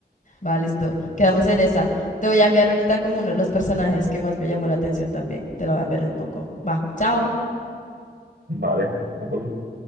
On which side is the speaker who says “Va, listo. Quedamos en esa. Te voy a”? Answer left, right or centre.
Left